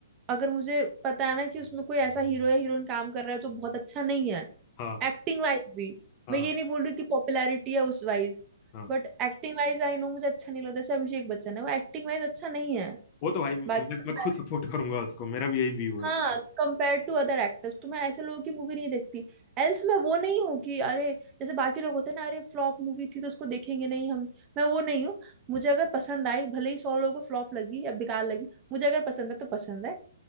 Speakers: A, on the right (about 25°); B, on the left (about 35°).
A: अगर मुझे पता है ना कि उसमें कोई ऐसा हीरो या हीरोइन काम कर रहा है जो बहुत अच्छा नहीं है
B: हाँ
A: एक्टिंग वाइज भी
B: हाँ
A: मैं ये नहीं बोल रही कि पॉपुलैरिटी है उस wise
B: हाँ
A: but acting wise I know मुझे अच्छा नहीं लगता जैसे अभिषेक बच्चन है वो एक्टिंग वाइज अच्छा नहीं है
B: वो तो भाई मैं
A: बाकी
B: मैं खुद सपोर्ट करूंगा उसको मेरा भी यही व्यू है
A: हाँ
B: उसको
A: कंपेयर टू अदर एक्टर्स तो मैं ऐसे लोगों की मूवी नहीं देखती एल्स मैं वो नहीं हूँ कि अरे जैसे बाकी लोग होते हैं ना अरे फ्लॉप मूवी थी तो उसको देखेंगे नहीं हम मैं वो नहीं हूँ मुझे अगर पसंद आई भले ही सौ लोगों को फ्लॉप लगी या बेकार लगी मुझे अगर पसंद है तो पसंद है